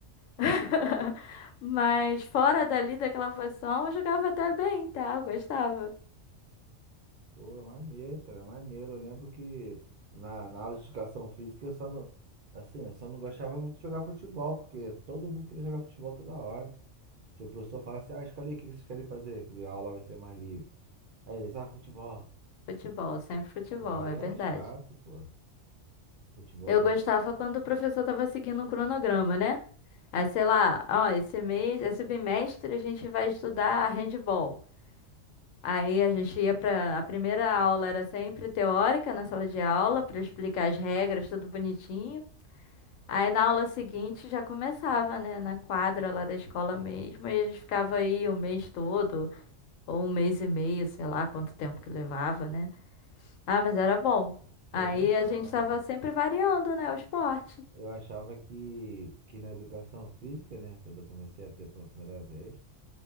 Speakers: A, on the left; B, on the right.
A: <laughs> Mas fora dali daquela posição, eu jogava até bem, tá? Eu gostava.
B: Pô, é maneiro, cara, é maneiro. Eu lembro que na, na aula de educação física eu só não, assim, eu só não gostava muito de jogar futebol, porque todo mundo queria jogar futebol toda hora. Se o professor falasse, ah, escolhe aí o que vocês querem fazer, que a aula vai ser mais livre. Aí eles, ah, futebol.
A: Futebol, sempre futebol,
B: Pô, aí
A: é
B: era
A: verdade.
B: chato, pô. Futebol
A: Eu
B: de.
A: gostava quando o professor estava seguindo um cronograma, né? Aí, sei lá, ó, esse mês, esse bimestre a gente vai estudar handball. Aí a gente ia para a primeira aula era sempre teórica na sala de aula para explicar as regras, tudo bonitinho. Aí na aula seguinte já começava, né, na quadra lá da escola mesmo, e a gente ficava aí o mês todo. ou um mês e meio, sei lá quanto tempo que levava, né? Ah, mas era bom.
B: Pô,
A: Aí
B: nem
A: a
B: fala.
A: gente tava sempre variando, né, o esporte.
B: Eu achava que, que na educação física, né? Quando eu comecei a ter pela primeira vez,